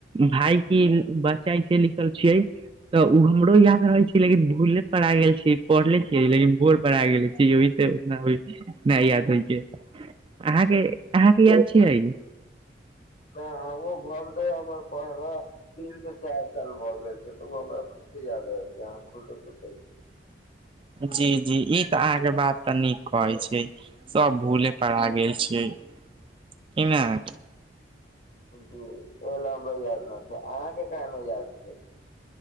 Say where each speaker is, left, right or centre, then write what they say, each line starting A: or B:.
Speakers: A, on the right; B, on the left.
A: भाय की बाच्चा ऐसे लिखल छियै। तऽ उ हमरो याद रहे छै लेकिन भूले पड़ा गेल छीयै, पढ़ले छीयै लेकिन <unintelligible> गेले छीयै ओहि से फेर न होय छै, नै याद होय छै, अहाँ के अहाँ के याद छियै?
B: न हम्हु <unintelligible> हमर पढ़ाय तीन से चार साल भऽ गेल छै तऽ उ हमरा प से याद रहे छै, अहाँ खुदे सोचै छी।
A: जी-जी ई तऽ अहाँके बात तऽ नीक कहै छीयै। सब भूले पर आ गेल छियै? <unintelligible>
B: <unintelligible> ऐ लै हमरा याद न छै अहाँ के काहे न याद छै?